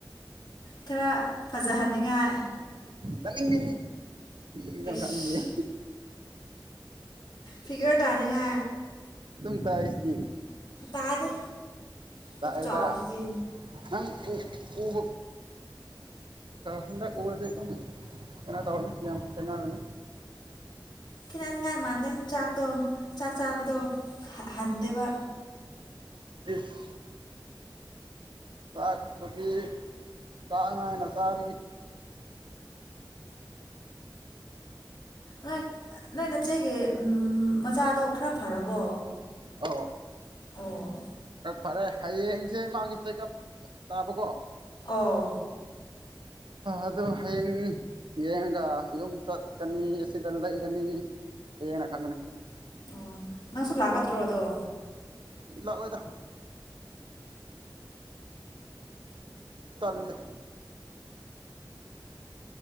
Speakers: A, on the left (about 65°); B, on the right (about 80°).
A: ꯈꯔ ꯐꯖꯍꯟꯅꯤꯡꯉꯥꯏ
B: ꯅꯅꯤꯡꯦ ꯩꯅꯣ
A: ꯏꯁ
B: ꯈꯪꯗꯦ <inaudible>
A: ꯐꯤꯒꯔꯦ ꯇꯅꯉ
B: ꯇ ꯇ ꯏꯁꯤꯗꯤ
A: ꯇꯔ
B: ꯇꯥꯛꯑꯦꯗ
A: ꯇꯨ ꯆꯥꯁꯤꯗꯤ
B: ꯅꯪ ꯎꯕ ꯍꯟꯗꯛ ꯎꯕꯗꯤ ꯑꯗꯨꯝ ꯈꯦꯠꯅ ꯇꯧꯔꯅꯤ ꯌꯥꯝ ꯈꯦꯠꯅꯔꯅꯤ
A: ꯈ ꯆꯅꯤꯡꯉꯥꯏ ꯃꯥꯟꯅꯦ ꯆꯥꯛꯇꯣ ꯆꯥꯛ ꯆꯥꯕꯗꯣ ꯍꯟꯗꯦꯕ
B: ꯏꯁ ꯆꯥꯛꯄꯒꯤ ꯇꯥꯛꯉꯥꯏꯅ ꯁꯔꯒꯤ
A: ꯅꯣꯏ ꯅꯣꯏ ꯅꯠꯆꯦꯒꯤ ꯎ ꯃꯆꯥꯗꯣ ꯈꯔ ꯐꯔꯕꯣ
B: ꯑ
A: ꯑꯣ
B: ꯐꯔꯦ ꯍꯌꯦꯡꯁꯦ ꯃꯥꯒꯤ ꯆꯦꯛꯑꯞ ꯇꯥꯕꯀꯣ
A: ꯑꯣ
B: ꯑꯗꯨ ꯍꯌꯦꯡ ꯌꯦꯡꯉꯒ ꯌꯨꯝ ꯆꯠꯀꯅꯤ ꯑꯁꯤꯗ ꯂꯩꯒꯅꯤ ꯌꯦꯡꯅ ꯈꯪꯒꯅꯤ
A: ꯑꯣ ꯅꯪꯁꯨ ꯂꯥꯛꯀꯗ꯭ꯔꯣ ꯑꯗꯣ
B: ꯂꯥꯛꯑꯣꯏꯗ ꯇꯜꯂꯦ